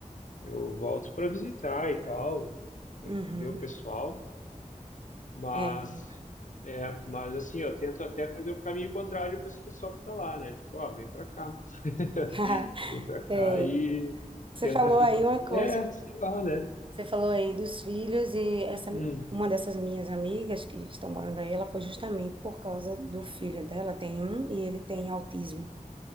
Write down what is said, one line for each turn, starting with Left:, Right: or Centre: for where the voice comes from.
Left: Eu volto para visitar e tal,
Right: uhum,
Left: ver o pessoal, mas,
Right: é.
Left: é, mas assim, eu tento até fazer o caminho contrário para esse pessoal que está lá, né? Tipo, ó, vem para cá, <laughs>
Right: <laughs>
Left: vem para cá
Right: É.
Left: e
Right: Você
Left: tenta
Right: falou
Left: a vida.
Right: aí uma coisa,
Left: É, sei lá, né?
Right: você falou aí dos filhos e essa
Left: Hum.
Right: uma dessas minhas amigas que estão morando aí, ela foi justamente por causa do filho dela, tem um e ele tem autismo.